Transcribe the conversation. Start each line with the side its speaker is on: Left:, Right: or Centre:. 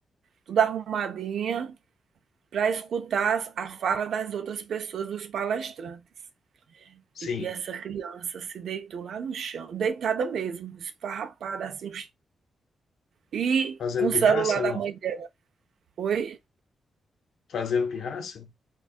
Right: tudo arrumadinha para escutar a fala das outras pessoas, dos palestrantes.
Left: Sim.
Right: E essa criança se deitou lá no chão, deitada mesmo, esfarrapada assim, e
Left: Fazendo
Right: com o
Left: pirraça,
Right: celular
Left: não?
Right: da mãe dela. Oi?
Left: Fazendo pirraça?